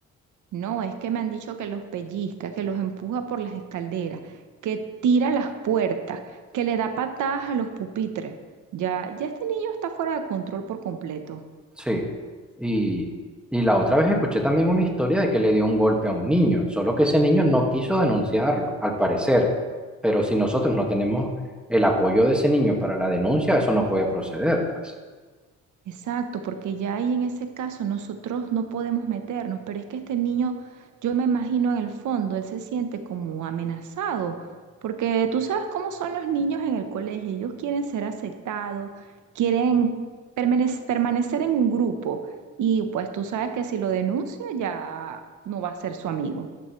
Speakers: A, on the right; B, in the centre.
A: No, es que me han dicho que los pellizca, que los empuja por las escaleras, que tira las puertas, que le da patadas a los pupitres. Ya, ya este niño está fuera de control por completo.
B: Sí. Y, y la otra vez escuché también una historia de que le dio un golpe a un niño, solo que ese niño no quiso denunciarlo, al parecer. Pero si nosotros no tenemos el apoyo de ese niño para la denuncia, eso no puede proceder, pues.
A: Exacto, porque ya ahí en ese caso nosotros no podemos meternos, pero es que este niño, yo me imagino en el fondo, él se siente como amenazado, porque tú sabes cómo son los niños en el colegio, ellos quieren ser aceptados, quieren permanec- permanecer en un grupo y pues tú sabes que si lo denuncia ya no va a ser su amigo.